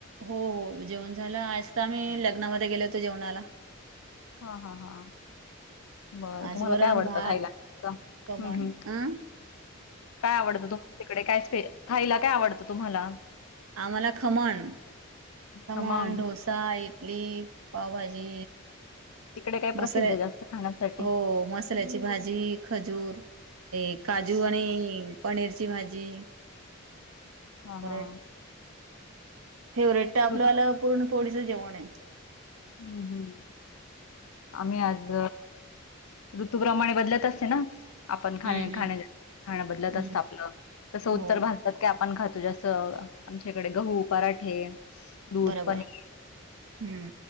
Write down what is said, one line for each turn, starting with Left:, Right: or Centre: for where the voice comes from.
Right: हो हो, जेवण झालं, आज काय नाही लग्नामध्ये गेले होते जेवणाला.
Left: हा हा हा. बरं
Right: आज
Left: तुम्हाला
Right: वरण
Left: काय आवडतं
Right: भात
Left: खायला? <unintelligible>
Right: खमण
Left: हम् हम्.
Right: अं
Left: काय आवडतं, तुमच्या तिकडे काय स्पेश, खायला काय आवडतं तुम्हाला?
Right: आम्हाला खमण, खमण
Left: खमंग
Right: ढोसऽ सा, इडली, पावभाजी,
Left: तिकडे काय
Right: मसुर्या,
Left: प्रसिद्ध जास्त खाण्यासाठी?
Right: हो मसं मसुऱ्याची भाजी, खजूर, हे काजू
Left: हा
Right: आणि पनीरची भाजी.
Left: हा
Right: परत
Left: हा.
Right: फेवरेट तर, आपलवालं
Left: ऋतू
Right: पूरण पोळीचं जेवण आहे.
Left: हम् हम्. आम्ही आज ऋतूप्रमाणे बदलत असते ना. आपण
Right: हम्म
Left: खाणं,
Right: हम्म
Left: खाणं बदलत असत
Right: हम्म
Left: आपलं, तसं उत्तर
Right: हो
Left: भारतात ते आपण खातो जसं, आमच्याकडे गहू, पराठे दूध,
Right: बरोबर
Left: पनीर
Right: हम्म